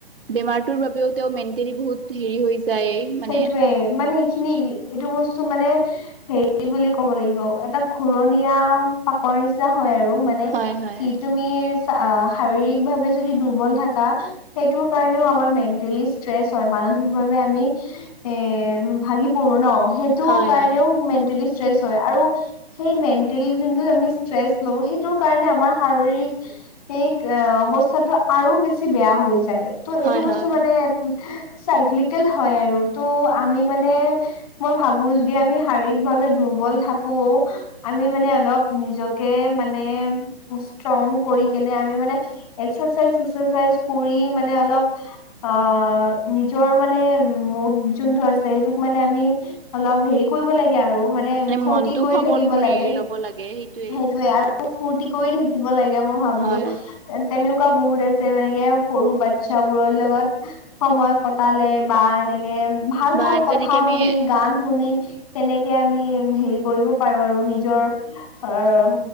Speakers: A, on the right (about 60°); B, on the left (about 35°).
A: বেমাৰটোৰ বাবেও তেওঁ মেণ্টেলি বহুত হেৰি হৈ যায় মানে
B: সেইটোয়ে মানে এইখিনি এইটো বস্তু মানে- হেৰি বুলি ক'ব লাগিব এটা ঘূৰণীয়া পাকৰ নিচিনা হয় আৰু মানে-
A: হয় হয়
B: কি তুমি শাৰীৰিক ভাৱে যদি দুৰ্বল থাকা- সেইটোৰ কাৰণেও আমাৰ মেন্টেলি ষ্ট্ৰেচ হয়ঁ মানসিকভাৱে আমি- এ ভাগি পৰো ন সেইটো
A: হয়
B: কাৰণেও
A: হয়
B: মেণ্টেলি ষ্ট্ৰেচ হয়ঁ আৰু- সেই মেণ্টেল যোনটো আমি ষ্ট্ৰেচ লব সেইটো কাৰণে আমাৰ শাৰীৰিক। সেই অৱস্থাতটো আৰু বেছি বেয়া হৈ যায়। ত' এইটো
A: হয়
B: বস্তু
A: হয়
B: মানে চাইক্লিকেল হয়ঁ আৰু ত' আমি মানে- মই ভাবো যদি আমি শাৰীৰিক ভাৱে দুৰ্বল থাকো- আমি মানে অলপ নিজকে মানে ষ্ট্ৰং কৰি কেনে আমি মানে- এক্সাৰচাইজ্ চক্সাৰচাইজ কৰি মানে অলপ আহ নিজৰ মানে- মৌদ যোনটো আছে সেইটোক মানে আমি অলপ হেৰি কৰিব লাগে আৰু। মানে ফূৰ্তি
A: মনটো
B: কৰি
A: সবল
B: থাকিব
A: কৰি
B: লাগে
A: ল'ব লাগে সেইটোৱে
B: সেইটোয়ে আৰু। ফুৰ্তি কৰি থাকিব লাগে মই ভাবো-
A: হয়
B: তেনেকুৱা বহুত আছে মানকে সৰু বাচ্ছাবোৰৰ লগত। সময় কটালে বা এনেকে ভাল
A: বা
B: ভাল কথা
A: তেনেকে আমি
B: শুনি গান শুনি- তেনেকে আমি হেৰি কৰিব পাৰো আৰু নিজৰ- অঁ